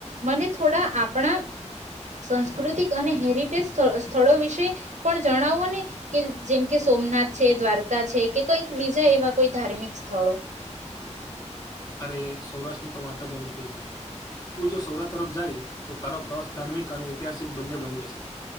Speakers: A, on the right; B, on the left.
A: મને થોડા આપણા સાસ્કૃતિક અને હેરી સ્થળો વિશે પણ જણાવો ને કે જેમ કે સોમનાથ છે દ્વારકા છે કે કઈક બીજા એવા કોઈ ધાર્મિક સ્થળો
B: અરે સૌરાષ્ટ્રની તો વાતા જ અલગ હોય છે તું જો સૌરાષ્ટ્ર તરફ જાય તો તારો પ્રવાસ ધાર્મિક અને ઐતિહાસિક બંને બની જશે